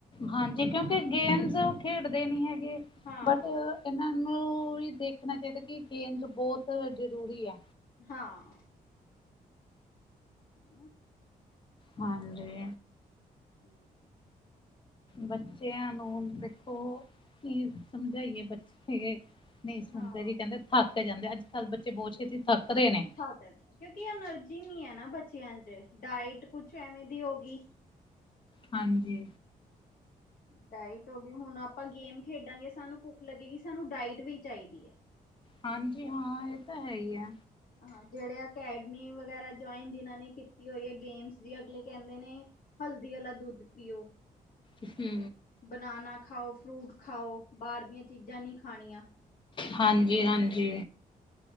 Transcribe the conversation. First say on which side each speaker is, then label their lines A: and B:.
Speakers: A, on the left (about 35°); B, on the left (about 70°).
A: ਹਾਂਜੀ, ਕਿਉਂਕਿ ਗੇਮਸ ਓ ਖੇਡਦੇ ਨੀ ਹੈਗੇ
B: ਹਾਂ
A: ਬਟ ਇਹਨਾਂ ਨੂੰ ਵੀ ਦੇਖਣਾ ਚਾਈਦਾ ਕਿ ਗੇਮਸ ਬੋਤ ਜ਼ਰੂਰੀ ਐ।
B: ਹਾਂ। ਹਨਾ।
A: ਹਾਂਜੀ।
B: <unintelligible>
A: ਬੱਚਿਆਂ ਨੂੰ ਦੇਖੋ ਕੀ ਸਮਝਾਈਏ ਬੱਚੇ ਨੀ ਸੁਣਦੇ
B: ਹਾਂ
A: ਜੀ ਕਹਿੰਦੇ ਥੱਕ ਜਾਂਦੇ, ਅੱਜ-ਕੱਲ ਬੱਚੇ ਬੋਤ ਛੇਤੀ ਥੱਕ ਰੇ ਨੇ।
B: ਆ ਭੇ ਕਿਉਂਕਿ ਅਨਰਜੀ ਨੀ ਹੈ ਨਾ ਬੱਚਿਆਂ ਚ ਡਾਇਟ ਕੁਛ ਐਵੇਂ ਦੀ ਹੋ ਗੀ।
A: ਹਾਂਜੀ।
B: ਡਾਇਟ ਹੋ ਗੀ ਹੁਣ ਆਪਾਂ ਗੇਮ ਖੇਡਾਂਗੇ ਸਾਨੂੰ ਭੁੱਖ ਲੱਗੇਗੀ ਸਾਨੂੰ ਡਾਇਟ ਵੀ ਚਾਈਦੀ ਐ।
A: ਹਾਂਜੀ ਹਾਂ ਏ ਤਾਂ ਹੈ ਈ ਆ।
B: ਹਾਂ ਜੇੜੇ ਅਕੈਡਮੀ ਵਗੈਰਾ ਜੁਇਨ ਜਿਨਾਂ ਨੇ ਕਿ ਤੀ ਹੋਈ ਐ ਗੇਮਸ ਦੀ ਅਗਲੇ ਕੇਂਦੇ ਨੇ ਹਲਦੀ ਆਲਾ ਦੁੱਧ ਪੀਓ।
A: ਹੂੰ।
B: ਬਨਾਨਾ ਖਾਓ, ਫਰੂਟ ਖਾਓ ਬਾਰ ਦੀਆਂ ਚੀਜ਼ਾਂ ਨੀ ਖਾਣੀਆ।
A: ਹਾਂਜੀ-ਹਾਂਜੀ